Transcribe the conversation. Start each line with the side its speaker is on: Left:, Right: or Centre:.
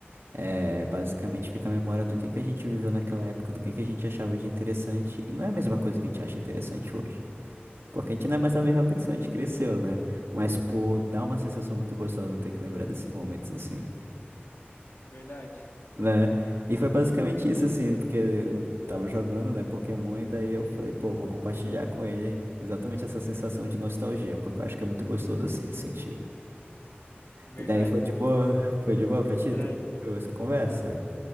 Right: é, basicamente fica a memória do que que a gente viveu naquela época, do que que a gente achava de interessante, e não é a mesma coisa que a gente acha interessante hoje. Porque a gente não é mais a mesma pessoa, a gente cresceu, né? Mas, pô, dá uma sensação muito gostosa ter que lembrar desses momentos, assim.
Left: verdade.
Right: né? E foi basicamente isso, assim, porque eu tava jogando, né, Pokémon, e daí eu falei, pô, vou compartilhar com ele exatamente essa sensação de nostalgia, porque eu acho que é muito gostoso, assim, de sentir.
Left: Verdade,
Right: E daí foi de
Left: mano.
Right: boa, <laughs> foi de boa pra ti,
Left: Tran-
Right: tu curtiu essa conversa?